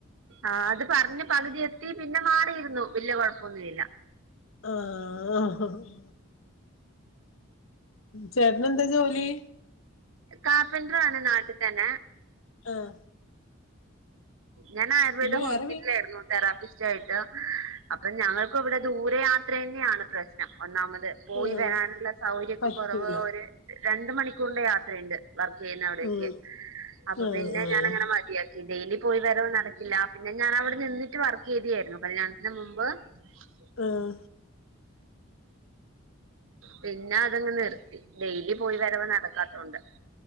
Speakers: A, on the right (about 75°); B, on the left (about 80°).
A: ആഹ് അത് പറഞ്ഞ് പകുതി എത്തി പിന്നെ മാറിയിരുന്നു വല്യ കുഴപ്പൊന്നുമില്ല
B: ആഹ് ഓ ഹൊ ഹൊ ചേട്ടന് എന്താ ജോലി
A: കാർപെൻ്ററും ആണ് നാട്ടിൽ തന്നെ
B: ആഹ്
A: ഞാൻ ആയുർവേദ
B: പിന്നെ
A: ഹോസ്പിറ്റലി
B: വേറെ വീ
A: ആയിരുന്നു തെറാപ്പിസ്റ്റ് ആയിട്ട് അപ്പം ഞങ്ങൾക്കും ഇവിടെ ദൂര യാത്ര തന്നെയാണ് പ്രശ്നം ഒന്നാമത് പോയി
B: ആഹ്
A: വരാനുള്ള സൗകര്യം ഒക്കെ
B: പറ്റൂല
A: കുറവ് ഒരു രണ്ട് മണിക്കൂറിന്റെ യാത്രയുണ്ട് വർക്ക് ചെയ്യുന്ന അവിടേക്ക്
B: ഉം
A: അപ്പൊ
B: ആഹ്
A: പിന്നെ
B: ആഹ്
A: ഞാൻ ങ്ങനെ മതിയാക്കി ഡെയിലി പോയി വരവ് നടക്കില്ല പിന്നെ ഞാൻ അവിടെ നിന്നിട്ട് വർക്ക് ചെയ്തിയായിരുന്നു കല്യാണത്തിന് മുമ്പ് ഉ
B: ആഹ
A: പിന്നെ അതങ്ങ് നിർത്തി ഡെയിലി പോയി വരവ നടക്കാത്തോണ്ട്